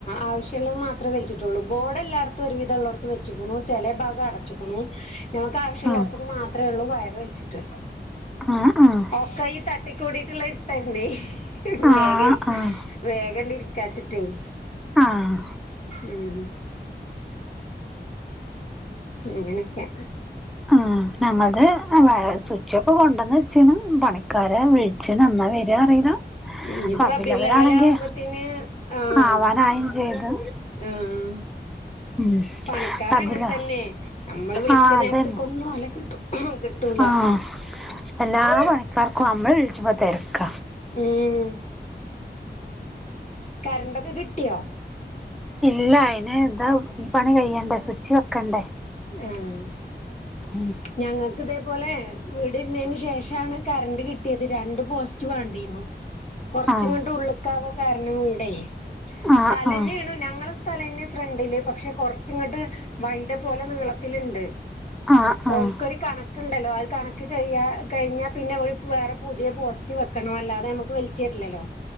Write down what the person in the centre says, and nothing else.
ഉം
ആഹ് ആഹ്
ആഹ്
ആഹ്
ആഹ്
ആ ഞങ്ങൾത് അ വ സുച്ചൊക്കെ കൊണ്ടന്ന് വെച്ചീണ് പണിക്കാരെ വിൾ ച്ഛൻ നന്നാ വര അറിയില്ല
അബിലവലാണെങ്കി
ആവാനായും ചെയ്തു.
ഉം
അബ്
ല
ആഹ്
അതന്നെ.
ആഹ് എല്ലാ പണിക്കാർക്കും അമ്മള് വിൾച്ചുമ്പോ തെര്ക്ക.
ഇല്ല അയിന് താ ഈ പണി കഴിയണ്ടേ സ്വിച്ച് വെക്കണ്ടേ.
ഉം
ആഹ്
ആഹ്
ആഹ്
ആഹ് ആഹ്